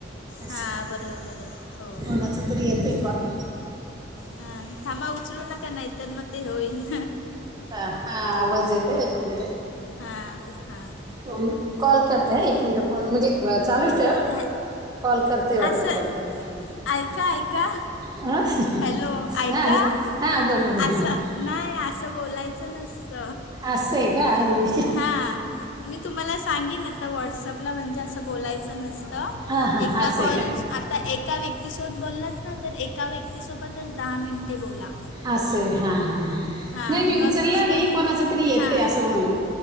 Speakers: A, on the right; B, on the left.
A: अस
B: हा बरोबर बरोबर हो
A: म छत्रयते पॉण
B: हा थांबा उचलू न का नाहीतर मग ते होईल.
A: हा आवाज येतो एक मिनिट.
B: हां हां.
A: कॉल करत एक मिनिट कोण म्हणजे चालूच ठ
B: हे,
A: कॉल करतेय वाटत
B: असं
A: कोणतरी.
B: ऐका ऐका
A: हा
B: हॅलो ऐका
A: हा हां बोला बोला
B: आा
A: हा.
B: नाही असं बोलायचं नसत
A: असं आहे का अरे
B: हा. मी तुम्हाला सांगेन आता व्हॉट्सअपला म्हणजे असं बोलायचं नसतं
A: हां हां
B: एका
A: असं
B: कॉलस
A: आहे का
B: आता एका व्यक्तीसोब बोललाच ना तर एका व्यक्तीसोबतच दहा मिनिटे बोला.
A: असंय हा हा हा
B: हां
A: नाही मी उचलला
B: मग दुसऱ्यात
A: नाही कोणाच तरी येतय
B: हां
A: असं म्हण.